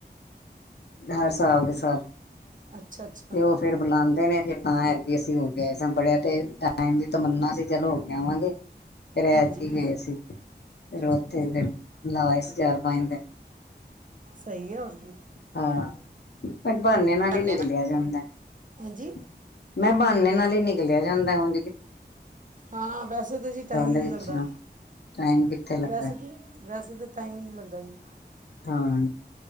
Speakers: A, on the left; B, on the right.
A: ਹਰ ਸਾਲ ਦੇ ਸਾਲ
B: ਅੱਛਾ ਅੱਛਾ
A: ਤੇ ਉਹ ਫੇਰ ਬੁਲਾਉਂਦੇ ਨੇ ਹਾਂ, ਐਦਕੀ ਅਸੀ ਹੌ ਕੇ ਆਏ ਸੀ, ਤੇ ਬੜੇ ਟਾਈਮ ਦੀ ਤਮੰਨਾ ਸੀ ਚਲੋ ਹੋ ਕੇ ਆਵਾਂਗੇ ਫਿਰ ਐਦਕੀ
B: ਹਾਂਜੀ
A: ਗਏ ਸੀ, ਫਿਰ
B: ਹਾਂਜੀ
A: ਔਥੇ
B: ਹਾਂਜੀ
A: ਫਿਰ ਲਾ ਆਏ ਸੀ ਚਾਰ ਪੰਜ ਦਿਨ
B: ਸਹੀ ਹੈ ਹੋਰ ਕੀ।
A: ਹਾਂ ਫਿਰ ਬਹਾਨੇ ਨਾਲ
B: ਧੰਨੇ
A: ਹੀ ਨਿਕਲਿਆ
B: ਨਾ
A: ਜਾਂਦਾ ਏ।
B: ਹਾਂਜੀ
A: ਮੈਂ ਬਾਨੇ ਨਾਲ ਹੀ ਨਿਕਲਿਆ ਜਾਂਦਾ ਉਂਜ
B: ਹਾਂ ਵੈਸੇ ਤੇ ਜੀ ਟਾਈਮ ਹੀ
A: ਦੇ
B: ਨਹੀਂ
A: ਵਿੱਚੋਂ
B: ਲੱਗਦਾ।
A: ਟਾਈਮ ਕਿੱਥੇ ਲੱਗਦਾ
B: ਵੈਸੇ ਤੇ, ਵੈਸੇ ਤੇ ਟਾਈਮ ਹੀ ਨਹੀਂ ਲੱਗਦਾ ਜੀ।
A: ਹਾਂ।